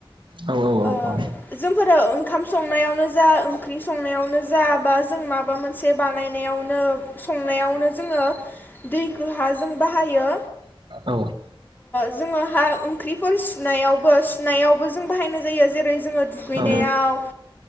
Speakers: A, on the right; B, on the left.
A: औ औ
B: ओ जोंफोरो ओंखाम संनायावनो जा ओंख्रि संनायावनो जा बा जों माबा मोनसे बानायनायावनो संनायावनो जोङो दैखो हा जों बाहायो
A: औ
B: जोङो हा ओंख्रिफोर सुनायावबो सुनायावबो जों बाहायनाय जायो जेरै जोङो दुगैनायाव
A: औ